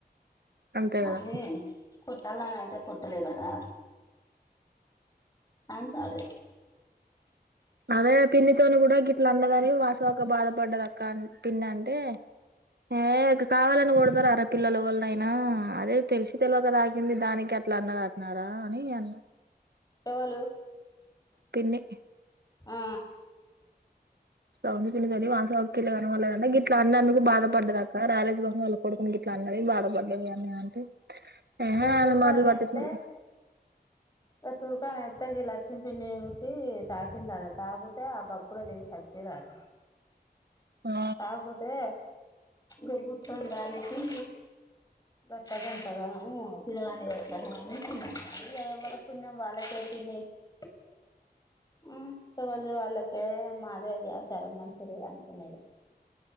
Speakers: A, on the right; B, on the left.
A: అంతే కదా
B: అదే <unintelligible> అయితే కుట్టలే కదా అంచలే
A: అదే పిన్నితోను కూడా గిట్ల అన్నదని వాస్ తక బాధపడ్డద అక్క అ పిన్ అంటే ఏ కావాలని బాధపడ్డది అని పిన్ని అంటే ఏ కావాలని కొడతారార పిల్లలు వాల్లన్అయినా అదే తెలిసి తెలియక తాగింది దానికి అట్లా అన్నది అట్న్నారా అని అన్నా
B: ఎవలు
A: పిన్ని
B: ఆ
A: సౌంది పిన్నితోటి వాసు అక్కిళ్ళ కనపడలేదంటే గిట్లా అన్నందుకు బాధపడ్డది అక్క రాలేజ్ బహు వాళ్ళ కొడుకుని గిట్లా అన్నది బాధపడ్డది అని అంటే ఏహే
B: గా
A: ఆమె
B: తూర్కని
A: మాటలు పట్టించుకోలే
B: ఎత్తే గా తూర్కని కొత్తగి లక్చింపిన్ని తాకిందాట తాకితే ఆ గప్పుడ లేసి వచ్చిర్రట
A: ఆ
B: తాగుతే గబుతుడా దానికి గొప్ప డంటగా ఎవళకున్నాం వాళ్ళకే తిన్నివళ వాళ్ళకే మాదేది చాలా మంచి అనుకున్నా ఇగ